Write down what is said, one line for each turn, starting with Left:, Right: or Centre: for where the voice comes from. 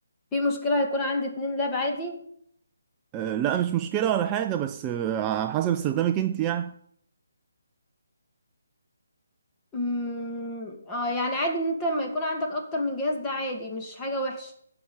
Left: في مشكلة هيكون عندي اتنين لاب عادي
Right: آه لا مش مشكلة ولا حاجة بس آه، على حسب استخدامك انت يعني
Left: امم اه يعني عادي ان انت لما يكون عندك اكتر من جهاز ده عادي مش حاجة وحشة